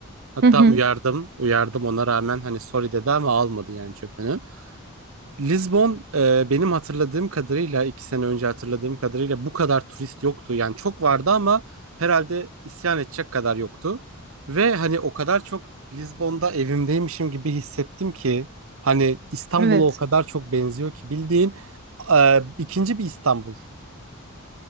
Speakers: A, on the right; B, on the right.
A: Hatta
B: Hı hı.
A: uyardım, uyardım ona rağmen hani sorry dedi ama almadı yani çöpünü. Lizbon e, benim hatırladığım kadarıyla iki sene önce hatırladığım kadarıyla bu kadar turist yoktu. Yani çok vardı ama herhalde isyan edecek kadar yoktu. Ve hani o kadar çok Lizbon'da evimdeymişim gibi hissettim ki hani İstanbul'a
B: Evet.
A: o kadar çok benziyor ki bildiğin e, ikinci bir İstanbul.